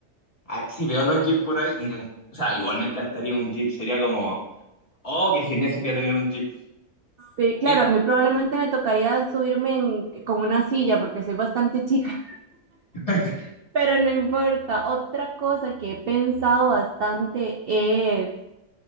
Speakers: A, on the left; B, on the right.
A: ah, si veo los Jeep por ahí, y me, o sea, igual me encantaría un Jeep, sería como Oh, qué genial sería tener un jeep.
B: Sí, claro,
A: Y
B: a mí probablemente me tocaría subirme en- con una silla porque soy bastante chica.
A: <clears throat>
B: Pero no importa. Otra cosa que he pensado bastante es